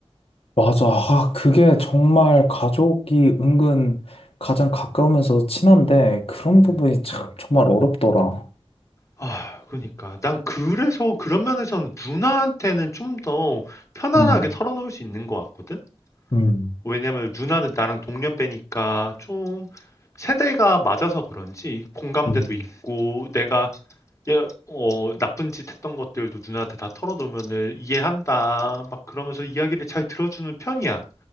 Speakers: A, on the left; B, on the left.
A: 맞아. 아, 그게 정말 가족이 은근 가장 가까우면서 친한데 그런 부분이
B: 음.
A: 참 정말 어렵더라.
B: 아, 그러니까 난 그래서 그런 면에서는 누나한테는 좀 더 편안하게
A: 음,
B: 털어놓을 수 있는 것 같거든.
A: 음,
B: 왜냐면 누나는 나랑 동년배니까 좀 세대가 맞아서 그런지 공감대도
A: 음,
B: 있고 내가 얘, 어, 나쁜 짓 했던 것들도 누나한테 다 털어놓으면은 이해한다 막 그러면서 이야기를 잘 들어주는 편이야.